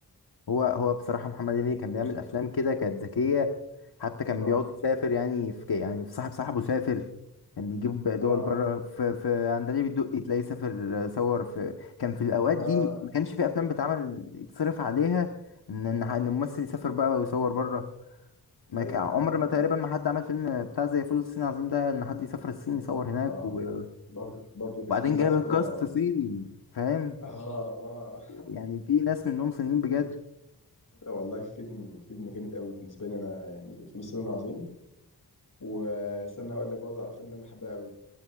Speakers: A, on the left (about 70°); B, on the left (about 50°).
A: هو هو بصراحة محمد هنيدي كان
B: بيخ-
A: بيعمل أفلام كده كانت ذكية حتى كان
B: اه
A: بيقعد يسافر يعني في ك- يعني في صاحب صاحبه سافر كان بيجيب دول
B: اه
A: بره في في عندليب الدقي تلاقيه سافر صور في كان في الأوقات
B: اه
A: دي ما كانش في أفلام بتعمل يتصرف عليها إن إن إن الممثل يسافر بقى ويصور بره ما
B: ايوه
A: ك- عمر
B: اه
A: ما
B: اه
A: تقريبا ما حد عمل فيلم بتاع زي فول الصين العظيم ده ان حد يسافر الصين يصور هناك
B: اه
A: و-
B: آه. برضو برضو الفيلم
A: وبعدين
B: ده
A: جايب
B: على فكره
A: الكاست صيني فاهم
B: اه اه
A: يعني في ناس منهم صينيين بجد
B: <laughs> والله فيلم فيلم جامد قوي بالنسبه لي انا يعني فيلم الصين العظيم واستنى اقول لك برضو على الافلام اللي انا بحبها قوي